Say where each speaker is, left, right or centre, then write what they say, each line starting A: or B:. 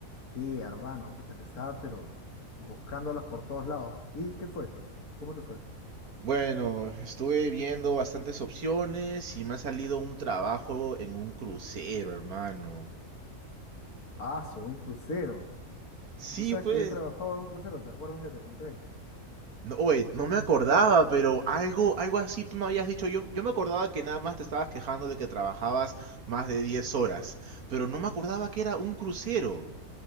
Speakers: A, on the left (about 85°); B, on the right (about 75°).
A: Sí, hermano, pucha que estaba, pero buscándolas por todos lados. ¿Y qué fue? ¿Cómo te fue?
B: Bueno, estuve viendo bastantes opciones y me ha salido un trabajo en un crucero, hermano.
A: Ah, soy un crucero.
B: Sí,
A: Tú sabes
B: pues.
A: que yo he trabajado en un crucero, ¿te acuerdas que te conté?
B: No, oye, no me acordaba, pero algo, algo así tú me habías dicho. Yo, yo me acordaba que nada más te estabas quejando de que trabajabas más de 10 horas, pero no me acordaba que era un crucero.